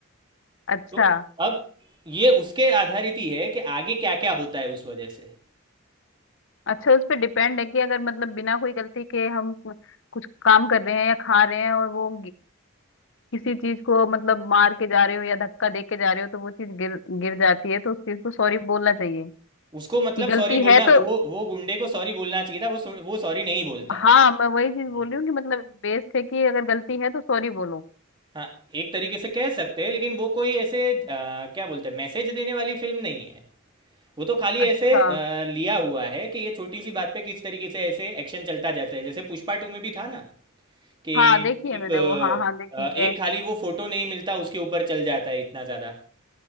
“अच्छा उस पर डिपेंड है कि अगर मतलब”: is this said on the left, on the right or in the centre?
Left